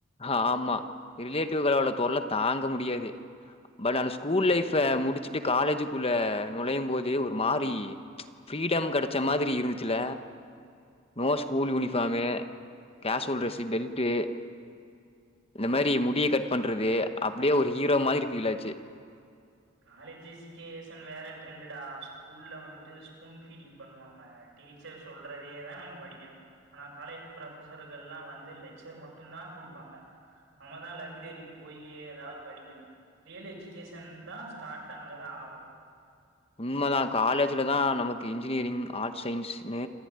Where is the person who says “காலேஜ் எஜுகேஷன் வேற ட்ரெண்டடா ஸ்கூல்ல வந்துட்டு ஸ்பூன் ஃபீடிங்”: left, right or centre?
Right